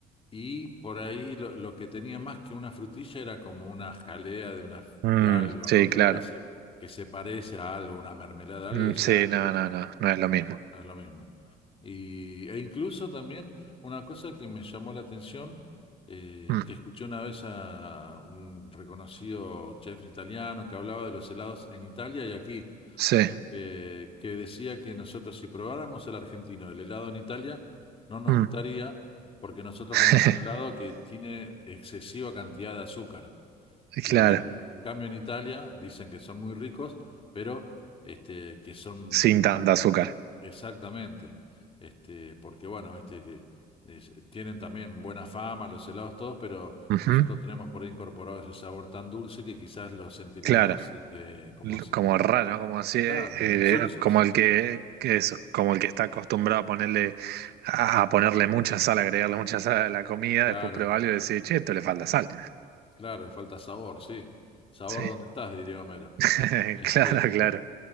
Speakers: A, on the left; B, on the right.
A: y por ahí lo, lo que tenía más que una frutilla era como una jalea de una f-
B: Mm,
A: de algo,
B: sí,
A: ¿no? Que
B: claro.
A: parece que se parece a algo, una mermelada, algo
B: Mm,
A: y ya
B: sí, no, no, no, no es lo
A: no
B: mismo.
A: es, no es lo mismo. Y, e incluso también una cosa que me llamó la atención, eh,
B: Mm,
A: que escuché una vez a un reconocido chef italiano que hablaba de los helados en Italia y aquí,
B: sí,
A: eh, que decía que nosotros si probáramos el argentino, el helado en Italia, no nos
B: Mm.
A: gustaría porque nosotros
B: <laughs>
A: comemos un helado que tiene excesiva cantidad de azúcar. Y
B: claro,
A: en, en cambio en Italia dicen que son muy ricos, pero este, que son
B: sin tanta azúcar.
A: Exactamente. Este, porque bueno, viste que es- tienen también buena fama los helados todos, pero
B: Ujú,
A: nosotros tenemos por ahí incorporado ese sabor tan dulce que quizás lo sentiríamos
B: Claro,
A: este, como
B: L-
A: sin,
B: como raro,
A: eh,
B: ¿no? como así, eh,
A: claro,
B: eh,
A: insulsos.
B: como el que, que eso, como el que está acostumbrado a ponerle, a, a ponerle mucha sal, agregarle mucha sal a la comida,
A: Claro,
B: después prueba algo y decir, che, esto le falta sal.
A: claro, le falta sabor, sí. Sabor
B: Sí,
A: donde estás, diría Homero.
B: <laughs>
A: Este,
B: claro, claro.